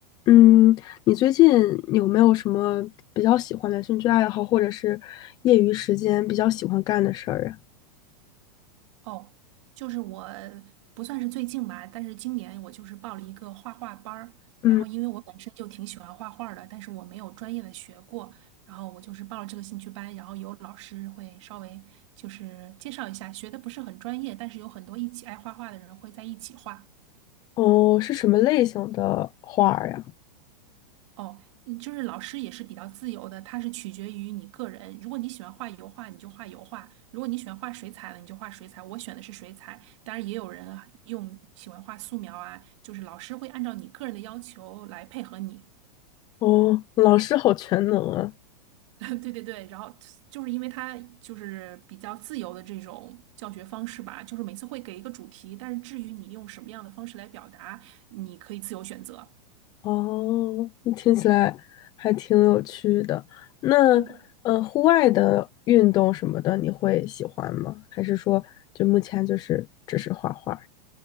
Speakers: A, on the left (about 20°); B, on the right (about 45°).
A: 嗯，你最近有没有什么比较喜欢的兴趣爱好，或者是业余时间比较喜欢干的事儿啊？
B: 哦，就是我不算是最近吧，但是今年我就是报了一个画画班儿，
A: 嗯，
B: 然后因为我本身就挺喜欢画画儿的，但是我没有专业的学过，然后我就是报了这个兴趣班，然后有老师会稍微就是介绍一下，学的不是很专业，但是有很多一起爱画画的人会在一起画。
A: 哦，是什么类型的画儿呀？
B: 哦，嗯就是老师也是比较自由的，它是取决于你个人。如果你喜欢画油画，你就画油画；如果你喜欢画水彩了，你就画水彩。我选的是水彩，当然也有人啊用喜欢画素描啊，就是老师会按照你个人的要求来配合你。
A: 哦，老师好全能啊！
B: <laughs> 对对对，然后就是因为它就是比较自由的这种教学方式吧，就是每次会给一个主题，但是至于你用什么样的方式来表达，你可以自由选择。
A: 哦，听起来还挺有趣的。那，
B: 嗯。
A: 呃，户外的运动什么的，你会喜欢吗？还是说，就目前就是只是画画？